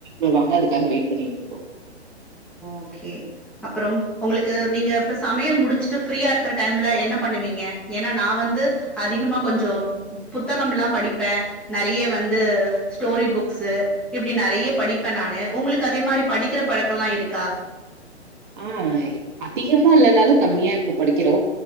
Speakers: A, on the right; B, in the centre.
A: வருவாங்க அதுக்காக வெயிட் பண்ணிட்டுருக்கோ
B: ஓகே அப்புறம் உங்களுக்கு நீங்க இப்ப சமையல் முடிச்சுட்டு ஃப்ரீயா இருக்கிற டைம்ல என்ன பண்ணுவீங்க ஏன்னா நா வந்து அதிகமா கொஞ்சோ புத்தகம்லா படிப்பே நெறைய வந்து ஸ்டோரி புக்ஸு இப்டி நெறைய படிப்பே நானு உங்களுக்கு அதே மாரி படிக்கிற பழக் கல்லா இருக்கா
A: ஆஹ் அதிகமா இல்லனாலு கம்மியா இப்ப படிக்கிறோ